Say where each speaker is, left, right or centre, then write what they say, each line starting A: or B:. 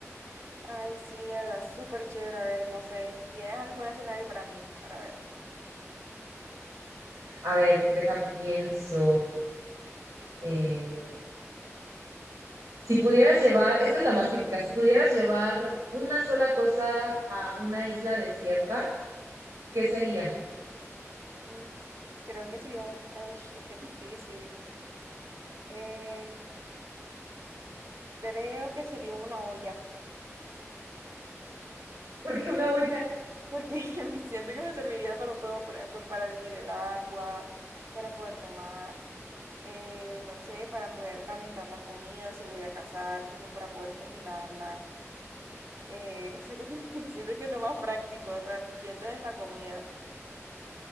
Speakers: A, on the right; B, on the right.
A: Ay, sí, de verdad, súper chévere. A ver, no sé, ¿tienes algún escenario para mí? Para ver.
B: A ver, deja, pienso. eh, si pudieras llevar, esta es la más típica, si pudieras llevar una sola cosa a una isla desierta, ¿qué sería?
A: Mm, creo que sería un... Ay, es que es difícil. Eh, creo que sería una olla,
B: <laughs> Porque una olla.
A: porque <laughs> me siento que me serviría para todo, por ejemplo, para hervir el agua, para poder tomar, eh, no sé, para poder calentar la comida si voy a cazar, tipo, para poder cocinarla. Eh, siento que, <laughs> siento que es lo más práctico, o sea, piensas en la comida.